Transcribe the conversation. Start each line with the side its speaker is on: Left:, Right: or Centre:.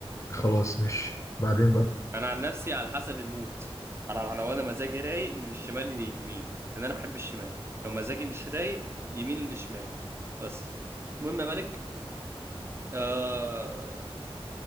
Left: خلاص مش بعدين بقى
Right: انا عن نفسي على حسب المود على على- لو انا مزاجي رايق من الشمال لليمين لان انا بحب الشمال لو مزاجي مش رايق يمين لشمال بس المهم يا ملك آه